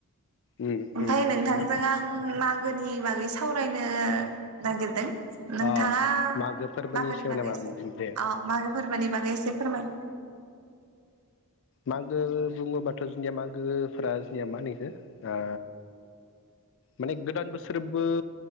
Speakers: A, on the left; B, on the right.
A: उम
B: ओमफाय
A: उम
B: नोंथांजों
A: उम
B: आं मागोनि बागै सावरायनो नागिरदों नोंथाङा
A: अ मागो फोरबोनि
B: मागोनि
A: सायाव
B: बागै
A: नामा
B: एसे
A: उम उम दे
B: औ मागो फोरबोनि बागै एसे फोरमाय
A: मागो बुङोबाथ' जोंनिया मागोफोरा जोंनिया माहोनो इखो ओ माने गोदान बोसोरबो